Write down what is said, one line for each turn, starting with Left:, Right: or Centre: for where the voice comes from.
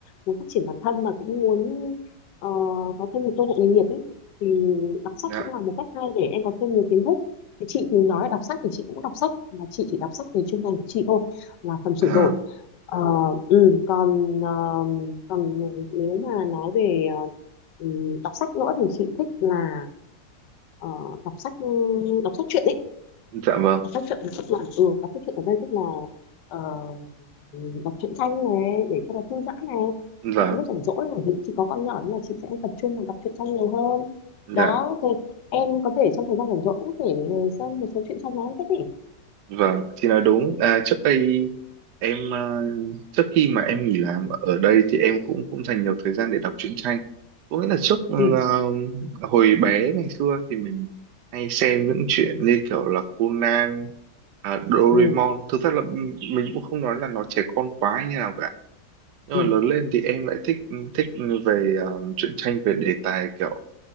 Left: muốn phát triển bản thân mà cũng muốn ờ, có thêm một cơ hội nghề nghiệp ấy thì đọc sách
Right: dạ
Left: cũng là một cách hay để em có thêm nhiều kiến thức thì chị thì nói đọc sách thì chị cũng đọc sách mà chị chỉ đọc sách về chuyên ngành của chị thôi là phần chuyển
Right: à,
Left: đổi Ờ, ừ, còn ờ, còn nếu mà nói về ờ, ừ, đọc sách nữa thì chị thích là ờ, đọc sách đọc sách truyện ấy
Right: dạ vâng
Left: đọc sách truyện tức là ừ, đọc sách truyện ở đây tức là ờ, ừ, đọc truyện tranh này để cho nó thư giãn này
Right: dạ
Left: cho cái lúc rảnh rỗi bởi vì chị có con nhỏ nên là chị sẽ tập trung vào đọc truyện tranh nhiều hơn
Right: dạ
Left: đó thì em có thể trong thời gian rảnh rỗi cũng có thể xem một số truyện tranh mà em thích ý
Right: Vâng, chị nói đúng. À, trước đây em à, trước khi mà em nghỉ làm ở đây thì em cũng cũng dành nhiều thời gian để đọc truyện tranh. Có nghĩa là trước
Left: ừ
Right: à, hồi bé ngày xưa thì mình hay xem những chuyện như kiểu là Conan, à, Doraemon.
Left: ừ
Right: Thực ra là mình cũng không nói là nó trẻ con quá như nào cả. Nhưng
Left: ừ
Right: mà lớn lên thì em lại thích thích về à, truyện tranh về đề tài kiểu